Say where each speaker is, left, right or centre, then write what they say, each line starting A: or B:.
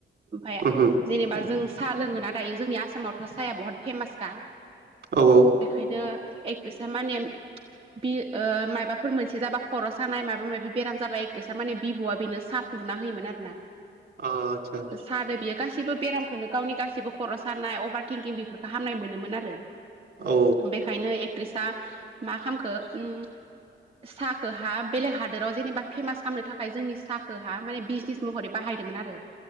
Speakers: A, on the right; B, on the right.
A: ओमफाय
B: उमहो
A: जेनोबा जों सा लोंङो ना दायो जोंनि आसामावथ' साहाया बहुत फेमासखा।
B: औ औ।
A: बेखायनो एकट्रिसा माने बि ओ माबाफोर मोनसे जाबा खर' सानाय माबा माबि बेराम जाबा एकट्रिसा माने बिबौ'आ बेनो साह फुदुंना होयोमोन आरो ना।
B: अ आदसा।
A: साहदो बियो गासिबो बेरामखौनो गावनि गासिबो खर' सानाय अभार थिंकिं बेफोरखौ हामनाय मोनोमोन आरो।
B: औ।
A: बेखायनो एक्ट्रिसा मा खालामखो उम साहाखौ हा बेलेग हादोराव जेनेबा फेमास खालामनो थाखाय जोंनि साहाखौहा माने बिजनेस महरै बाहायदोंमोन आरो।